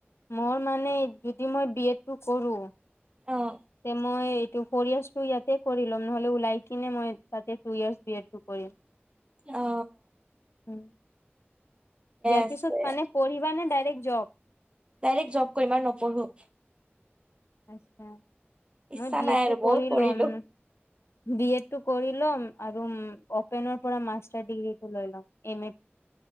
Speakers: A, on the left; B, on the right.
A: মোৰ মানে যদি মই বি এড টো কৰো তে
B: অ
A: মই ফৌৰ ইয়াৰ্চটো ইয়াতে কৰি লম, নহ'লে ওলাই কিনে মই তাতে টু ইয়াৰ্চ বি এডটো কৰিম।
B: অঁ।
A: উম, ইয়াৰ
B: আছে
A: পিছত মানে পঢ়িবা নে ডাইৰেক্ট জব?
B: ডাইৰেক্ট জব কৰিম আৰু নপঢ়ো।
A: আছা,
B: ইচ্ছা
A: মই বি
B: নাই
A: এডটো
B: আৰু বহুত
A: কৰি
B: পঢ়িলো
A: ল'ম। বি এড টো কৰি ল'ম, আৰু অপেনৰ পৰা মাষ্টাৰ ডিগ্ৰী টো লৈ ল'ম। এমে